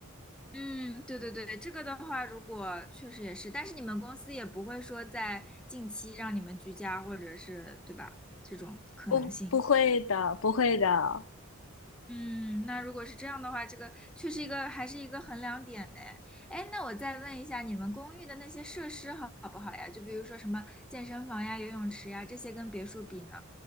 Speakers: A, in the centre; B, on the left.
A: <laughs> 嗯，对对对，这个的话，如果确实也是，但是你们公司也不会说在近期让你们居家，或者是，对吧？这种可能性。
B: 不，不会的，不会的。
A: 嗯，那如果是这样的话，这个确实一个还是一个衡量点呢。哎，那我再问一下，你们公寓的那些设施好好不好呀？就比如说什么健身房呀、游泳池呀，这些跟别墅比呢，